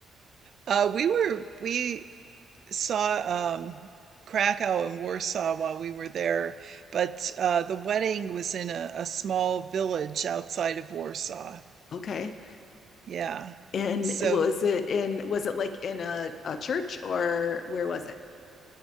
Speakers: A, on the right; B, on the left.
A: Uh we were we saw um Krakow and Warsaw while we were there, but uh the wedding was in a, a small village outside of Warsaw.
B: Okay.
A: Yeah.
B: And
A: So
B: was it in was it like in a, a church or where was it?